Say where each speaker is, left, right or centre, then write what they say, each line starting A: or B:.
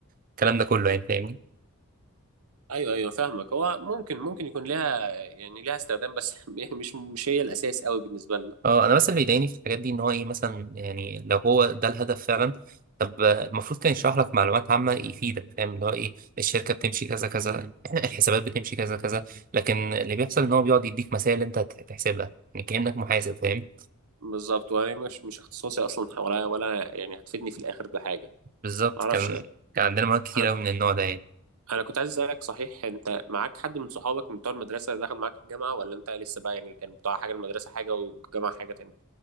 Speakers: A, on the right; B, on the right.
A: الكلام ده كله يعني فاهمني
B: أيوه أيوه فاهمك هو ممكن ممكن يكون لها يعني لها استخدام بس <laughs> يعني مش مش هي الأساس قوي بالنسبة لنا
A: اه انا بس اللي بيضايقني في الحاجات دي ان هو ايه مثلا يعني لو هو ده الهدف فعلا طب آه، المفروض كان يشرح لك معلومات عامه يفيدك فاهم اللي هو ايه الشركه بتمشي كذا كذا <laughs> <clears throat> الحسابات بتمشي كذا كذا لكن اللي بيحصل ان هو بيقعد يديك مسائل انت هت- هتحسبها يعني كانك محاسب فاهم
B: بالظبط وأنا مش مش اختصاصي أصلا ولا ولا يعني هتفيدني في الآخر بحاجة
A: بالظبط
B: معرفش
A: كان كان عندنا مواد كتير
B: أنا
A: قوي من النوع ده يعني
B: انا كنت عايز اسالك صحيح انت معاك حد من صحابك من بتوع المدرسه دخل معاك الجامعه ولا انت لسه بقى يعني كان بتوع حاجه المدرسه حاجه والجامعه حاجه تاني